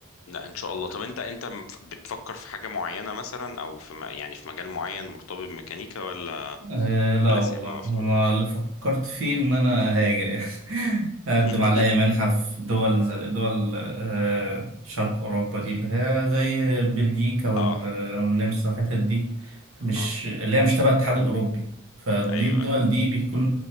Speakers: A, on the left; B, on the right.
A: لا ان شاء الله طب انت انت مف- بتفكر في حاجه معينه مثلا او في م- يعني في مجال معين مرتبط بميكانيكا ولا
B: أه لا
A: ولا
B: والله
A: سايبها مفتوحه
B: أنا اللي فكرت فيه إن أنا أهاجر يعني <laughs> أقدم
A: <laughs>
B: على أي منحة في دول زي دول أه شرق أوروبا دي اللي هي زي بلجيكا وال-
A: اه
B: والنمسا والحتت دي مش
A: اه
B: اللي هي مش تبع الاتحاد الأوروبي فدي
A: ايوه
B: الدول
A: ايوه
B: دي بيكون